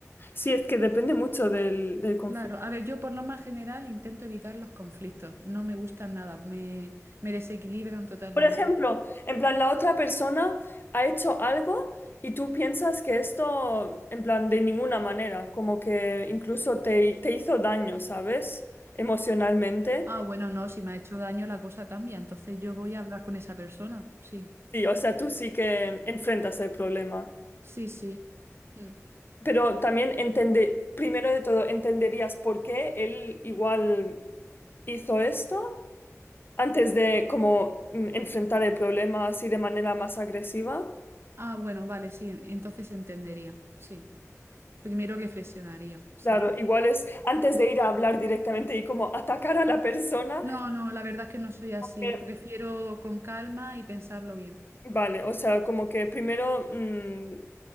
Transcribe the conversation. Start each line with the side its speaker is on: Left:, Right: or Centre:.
Left: sí, es que depende mucho del, del conflicto.
Right: Claro, a ver, yo por lo más general intento evitar los conflictos, no me gustan nada, me, me desequilibran totalmente.
Left: Por ejemplo, en plan, la otra persona ha hecho algo y tú piensas que esto, en plan, de ninguna manera, como que incluso te, te hizo daño, ¿sabes? Emocionalmente.
Right: Ah, bueno, no, si me ha hecho daño la cosa cambia, entonces yo voy a hablar con esa persona, sí,
Left: Sí, o sea, tú sí que enfrentas el problema.
Right: sí, sí. Mm.
Left: Pero también entender, primero de todo, entenderías por qué él igual hizo esto antes de como mm, enfrentar el problema así de manera más agresiva.
Right: Ah, bueno, vale, sí, entonces entendería, sí. Primero reflexionaría, sí.
Left: Claro, igual es antes de ir a hablar directamente y como atacar a la persona.
Right: No, no, la verdad es que no soy así,
Left: eh,
Right: prefiero con calma y pensarlo bien.
Left: Vale, o sea, como que primero mm,